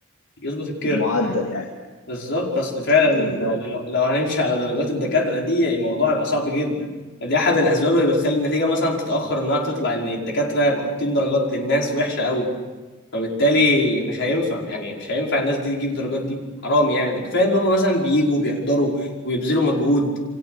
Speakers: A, on the left; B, on the left.
A: يظبط الكيرف
B: المعدل يعني
A: بالظبط اصل فعلا
B: بالظبط
A: لو لو هنمشي على درجات الدكاتره دي يعني الموضوع يبقى صعب جدا دي احد الاسباب اللي بتخلي النتيجه مثلا تتاخر انها تطلع ان الدكاتره يبقوا حاطين درجات للناس وحشه قوي فبالتالي مش هينفع يعني مش هينفع الناس دي تجيب درجات دي حرام يعني ده كفايه ان هم مثلا بييجوا بيحضروا ويبذلوا مجهود